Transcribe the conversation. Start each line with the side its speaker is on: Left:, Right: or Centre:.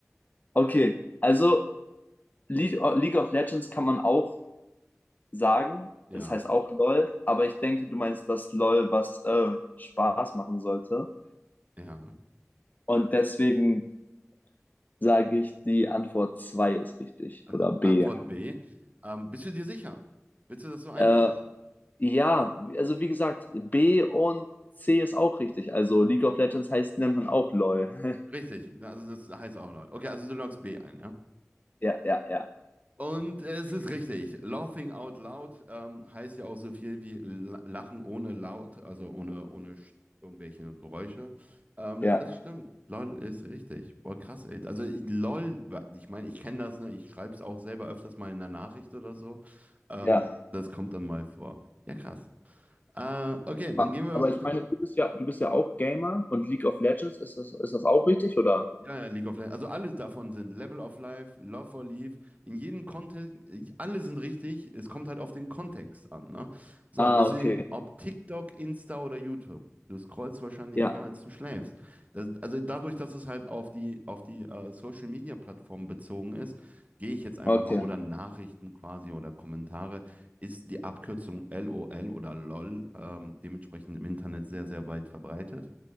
Left: Okay, also Le League of Legends kann man auch sagen.
Right: Ja,
Left: Das heißt auch LOL. Aber ich denke, du meinst das LOL, was äh, Spaß machen sollte.
Right: ja.
Left: Und deswegen sage ich, die Antwort 2 ist richtig.
Right: Also
Left: Oder B.
Right: Antwort B. Ähm, bist du dir sicher? Willst du das so einloggen?
Left: Äh, Ja, also wie gesagt, B und C ist auch richtig. Also League of Legends heißt, nennt man auch LOL. <laughs>
Right: Richtig, also das heißt auch log. Okay, also du loggst B ein, ja?
Left: Ja, ja, ja.
Right: Und es ist richtig. Laughing out loud ähm, heißt ja auch so viel wie la- Lachen ohne laut, also ohne, ohne sch- irgendwelche Geräusche. Ähm,
Left: Ja,
Right: das stimmt. LOL ist richtig. Boah, krass, ey. Also ich- LOL, wa- ich meine, ich kenne das, ne? Ich schreibe es auch selber öfters mal in einer Nachricht oder so. Ähm,
Left: ja.
Right: das kommt dann mal vor. Ja, krass. Äh, okay, dann
Left: Aber,
Right: gehen wir.
Left: aber ich meine, du bist ja, du bist ja auch Gamer und League of Legends, ist das, ist das auch richtig, oder?
Right: Ja, ja, League of Legends. Also alle davon sind Level of Life, Love or Leave. In jedem Kontext, alle sind richtig. Es kommt halt auf den Kontext an, ne? So,
Left: Ah,
Right: deswegen,
Left: okay.
Right: ob TikTok, Insta oder YouTube. Du scrollst wahrscheinlich
Left: Ja,
Right: mehr, als du schläfst. Das, also dadurch, dass es halt auf die, auf die äh, Social Media Plattformen bezogen ist, gehe ich jetzt einfach
Left: okay.
Right: mal, oder Nachrichten quasi oder Kommentare, ist die Abkürzung LOL oder LOL ähm, dementsprechend im Internet sehr, sehr weit verbreitet.